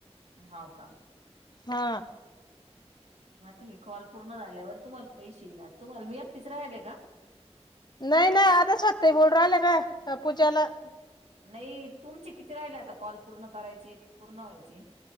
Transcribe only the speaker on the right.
हो का?
मग आत्ता हे कॉल पूर्ण झाल्यावर तुम्हाला पैसे येणार, तुम्हाला, मी एकटीच राहिले का?
नाही, तुमचे किती राहिले आता कॉल पूर्ण करायचे, पूर्ण व्हायचे?